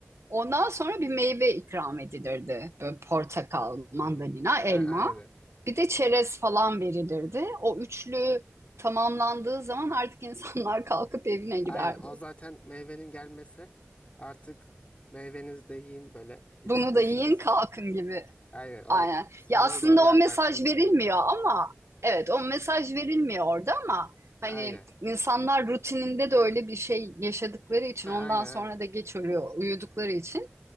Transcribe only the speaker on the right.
Ondan sonra bir meyve ikram edilirdi. Böyle portakal, mandalina,
elma.
Bir de çerez falan verilirdi. O üçlü tamamlandığı zaman artık insanlar <laughs> kalkıp evine giderdi.
Bunu da yiyin kalkın gibi.
Aynen.
Ya aslında
o mesaj
verilmiyor ama evet o mesaj verilmiyor orada ama
hani
insanlar rutininde de öyle bir şey yaşadıkları için
ondan
sonra
da geç ölüyor uyudukları için